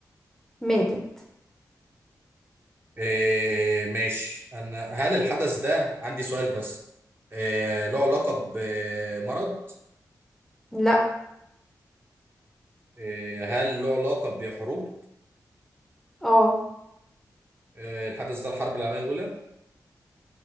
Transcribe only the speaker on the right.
آه ماشي أنا هل الحدث ده عندي سؤال بس آه له علاقة بمرض
آه هل له علاقة بحروب
آه الحدث ده الحرب العالمية الأولى